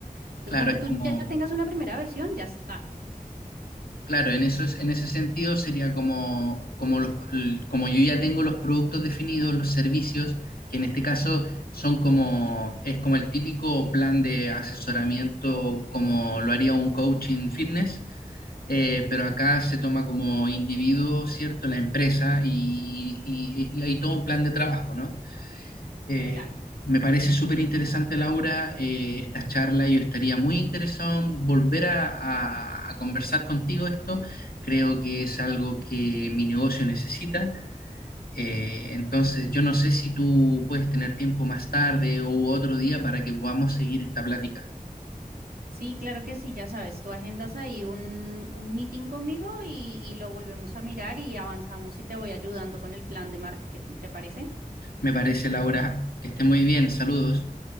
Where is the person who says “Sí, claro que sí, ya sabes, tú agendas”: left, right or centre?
Right